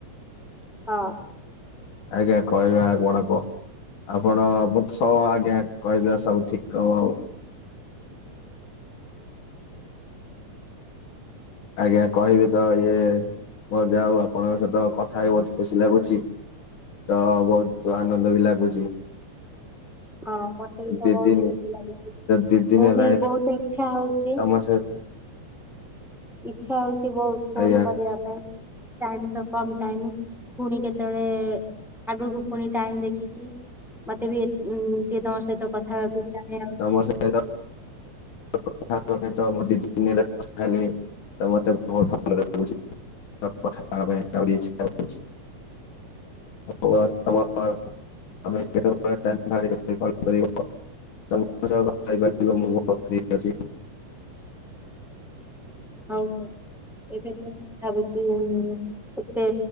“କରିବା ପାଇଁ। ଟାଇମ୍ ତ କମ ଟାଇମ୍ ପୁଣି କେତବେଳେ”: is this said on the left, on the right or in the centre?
Centre